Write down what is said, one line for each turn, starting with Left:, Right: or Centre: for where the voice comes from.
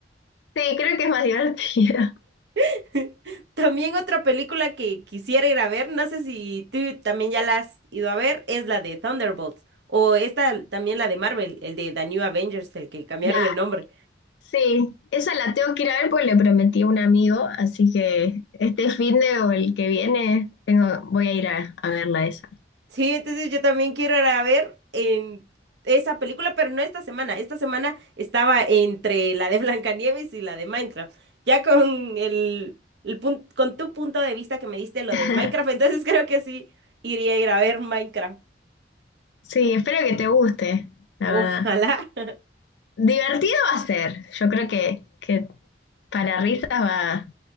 Left: Sí, creo que es más <laughs> divertido.
Right: <laughs> También otra película que quisiera ir a ver, no sé si tú también ya la has ido a ver, es la de Thunderbolts. O esta también la de Marvel, el de The New Avengers, el que cambiaron
Left: La,
Right: el nombre.
Left: sí, esa la tengo que ir a ver porque le prometí a un amigo, así que este fin de o el que viene tengo, voy a ir a, a verla esa.
Right: Sí, entonces yo también quiero ir a ver en esa película, pero no esta semana. Esta semana estaba entre la de <laughs> Blancanieves y la de Minecraft. Ya con el, el pun- con tu punto de vista que me diste lo
Left: <laughs>
Right: de Minecraft, <laughs> entonces creo que sí iría a ir a ver Minecraft.
Left: Sí, espero que te guste, la
Right: Ojalá.
Left: verdad.
Right: <laughs>
Left: Divertido va a ser. Yo creo que, que para risas va,